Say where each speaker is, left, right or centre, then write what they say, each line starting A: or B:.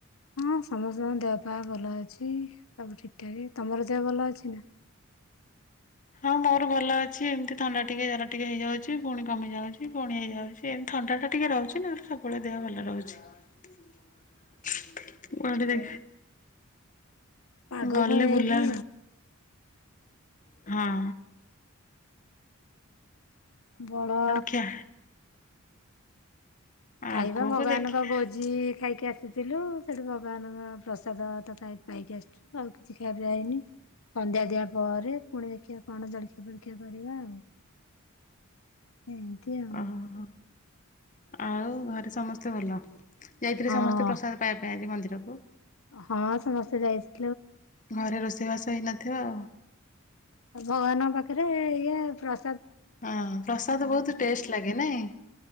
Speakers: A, on the left (about 75°); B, on the left (about 40°).
A: ହଁ ସମସ୍ତଙ୍କ ଦେହ ପା ଭଲ ଅଛି। ସବୁ ଠିକ ଠାକ ତମର ଦେହ ଭଲ ଅଛି ନା।
B: ହଁ ମୋର ଭଲ ଅଛି। ଏମିତି ଥଣ୍ଡା ଟିକେ ଜର ଟିକେ ହେଇଯାଉଛି। ପୁଣି କମି ଯାଉଛି ପୁଣି ହେଇଯାଉଛି। ଏମିତି ଥଣ୍ଡା ଟା ଟିକେ ରହୁଛି ନାଲେ ସବୁବେଳେ ଦେହ ଭଲ ରହୁଛି ଦେ।
A: ଆଗକୁ
B: ଗଲେ
A: ନେଇକି
B: ବୁଲା ହଁଅ।
A: ବଡ଼
B: ଖିଆ
A: ଖାଇବା
B: ଆଗକୁ
A: ଭଗବାନଙ୍କ
B: ଦେଖିବା।
A: ଭୋଜି ଖାଇ କି ଆସିଥିଲୁ ସେଠି ଭଗବାନଙ୍କ ପ୍ରସାଦ ତ ପାଇକି ଆସିଛୁ। ଆଉ କିଛି ଖାଇବାପି ହେଇନି ସନ୍ଧ୍ୟା ଦଆ ପରେ ପୁଣି ଦେଖିବା କଣ ଜଳଖିଆ ଫଳଖିଆ କରିବା ଆଉ। ଏମିତି ଆଉ
B: ଓହୋ ଆଉ ଘରେ ସମସ୍ତେ ଭଲ। ଯାଇଥିଲେ
A: ହଁ
B: ସମସ୍ତେ ପ୍ରସାଦ ପାଇବା ପାଇଁ ଆଜି। ଭନ୍ଦ୍ରକୁ।
A: ହଁ ସମସ୍ତେ ଯାଇଥିଲେ।
B: ଘରେ ରୋଷେଇବାସ ହେଇନଥିବ ଆଉ।
A: ଆଉ ଭଗବାନଙ୍କ ପାଖରେ ଇଏ ପ୍ର
B: ହଁ ପ୍ରସାଦ ବହୁତ ଟେଷ୍ଟ ଲାଗେ ନାଇଁ।